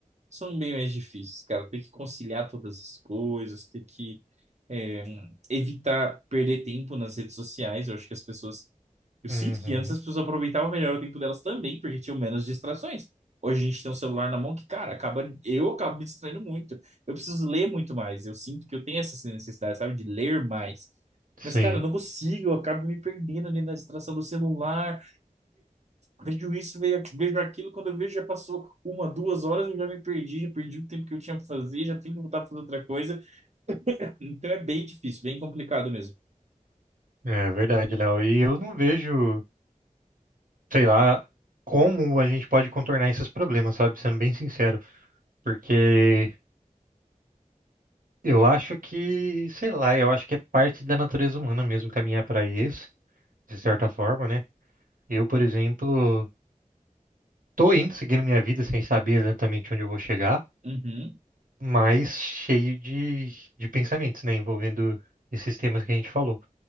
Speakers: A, on the right (about 55°); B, on the right (about 80°).
A: são bem mais difíceis, cara. Tem que conciliar todas as coisas, tem que é, evitar perder tempo nas redes sociais. Eu acho que as pessoas. Eu
B: Uhum.
A: sinto que antes as pessoas aproveitavam melhor o tempo delas também, porque tinham menos distrações. Hoje a gente tem um celular na mão que, cara, acaba, eu acabo me distraindo muito. Eu preciso ler muito mais. Eu sinto que eu tenho essa necessidade, sabe, de ler mais.
B: Sim,
A: Mas, cara, eu não consigo, eu acabo me perdendo ali na distração do celular. Vejo isso, vejo aqu- vejo aquilo, quando eu vejo já passou uma, duas horas, eu já me perdi, já perdi o tempo que eu tinha para fazer, já tenho que voltar para fazer outra coisa. Então é bem difícil, bem complicado mesmo.
B: é verdade, Léo. E eu não vejo, sei lá, como a gente pode contornar esses problemas, sabe? Sendo bem sincero, porque eu acho que, sei lá, eu acho que é parte da natureza humana mesmo caminhar para isso, de certa forma, né? Eu, por exemplo, tô indo seguindo minha vida sem saber exatamente onde eu vou chegar,
A: Uhum,
B: mas cheio de, de pensamentos, né? Envolvendo esses temas que a gente falou.